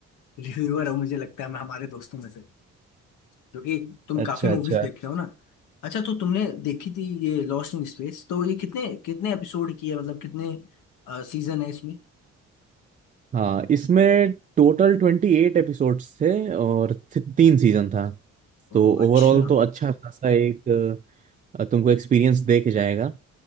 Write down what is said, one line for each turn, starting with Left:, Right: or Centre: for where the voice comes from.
Left: reviewer हो मुझे लगता है मैं हमारे दोस्तों में से क्योंकि तुम
Right: अच्छा
Left: काफी मूवीज
Right: अच्छा
Left: देखते हो ना अच्छा तो तुमने देखी थी ये लॉस्ट इन स्पेस तो ये कितने कितने एपिसोड की है मतलब कितने सीजन है इसमें
Right: हाँ इसमें टोटल ट्वेंटी एट एपिसोड्स थे और थी- तीन सीजन था
Left: ओ
Right: तो
Left: अच्छा
Right: ओवरऑल तो अच्छा खासा एक अ, तुमको एक्सपीरियंस दे के जाएगा